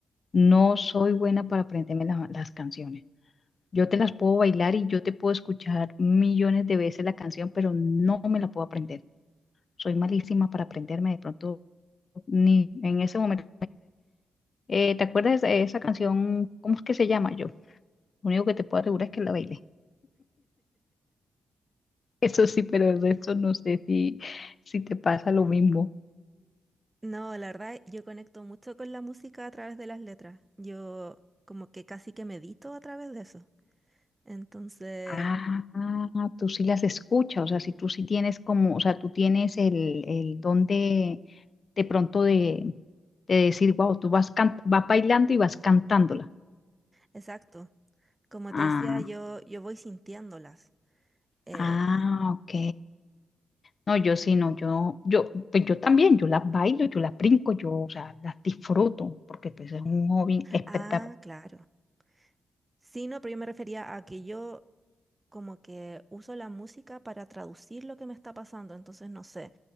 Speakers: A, on the left; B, on the right.
A: no soy buena para aprenderme la- las canciones. Yo te las puedo bailar y yo te puedo escuchar millones de veces la canción, pero no me la puedo aprender. Soy malísima para aprenderme de pronto, ni en ese momento. Eh, ¿te acuerdas de esa, esa canción? ¿Cómo es que se llama yo? Lo único que te puedo asegurar es que la baile. Eso sí, pero el resto no sé si, si te pasa lo mismo.
B: No, la verdad, yo conecto mucho con la música a través de las letras. Yo como que casi que medito a través de eso. Entonces,
A: Ah, ah, tú sí las escuchas, o sea, si tú sí tienes como, o sea, tú tienes el, el don de, de pronto de, de decir, wow, tú vas, can- vas bailando y vas cantándola.
B: exacto. Como
A: Ah,
B: te decía, yo, yo voy sintiéndolas. Eh,
A: ah, ok. No, yo sí, no, yo, yo, pues yo también, yo las bailo, yo las brinco, yo, o sea, las disfruto, porque pues es un hobby espe-
B: ah, claro. Sí, no, pero yo me refería a que yo como que uso la música para traducir lo que me está pasando, entonces no sé,